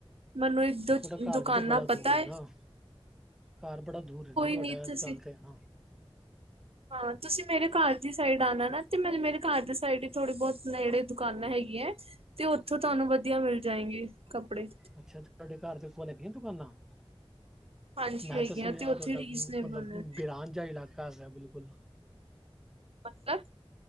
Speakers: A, on the right; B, in the centre.
A: ਮੈਨੂੰ ਇੱਕ ਦੋ
B: ਤੁਹਾਡਾ ਘਰ
A: ਦੁਕਾਨਾਂ
B: ਵੀ ਤਾਂ ਬੜਾ
A: ਪਤਾ
B: ਦੂਰ ਹੈ ਨਾ
A: ਏ
B: ਘਰ ਬੜਾ ਦੂਰ ਹੇ ਨਾ, ਤੁਹਾਡਾ
A: ਨੀ
B: ਇਸ
A: ਤੁਸੀਂ
B: ਗਲ ਤੇ ਹਾ
A: ਹਾਂ ਤੁਸੀਂ ਮੇਰੇ ਘਰ ਦੀ ਸਾਈਡ ਆਣਾ ਨਾ ਤੇ ਮਤਲਬ ਮੇਰੇ ਘਰ ਦੇ ਸਾਈਡ ਥੋੜੀ ਬਹੁਤ ਨੇੜੇ ਦੁਕਾਨਾਂ ਹੈਗੀਆਂ ਏ ਤੇ ਉਥੋ ਤੁਹਾਨੂੰ ਵਧੀਆ ਮਿਲ ਜਾਏਂਗੇ ਕੱਪੜੇ।
B: ਅੱਛਾ, ਤੁਹਾਡੇ ਘਰ ਦੇ ਕੋਲ ਹੈਗੀਆਂ ਦੁਕਾਨਾਂ।
A: ਹਾਂਜੀ
B: ਮੈਂ
A: ਹੈਗੀਆਂ
B: ਤਾਂ ਸੁਣਿਆ,
A: ਤੇ
B: ਉਹ
A: ਉੱਥੇ
B: ਤੁਹਾਡਾ
A: ਰੀਜ਼ਨੇਬਲ
B: ਮਤਲਬ
A: ਨੇ
B: ਬਿਰਾਨ ਜਾ ਇਲਾਕਾ ਹੈਗਾ ਬਿਲਕੁਲ
A: ਮਤਲਬ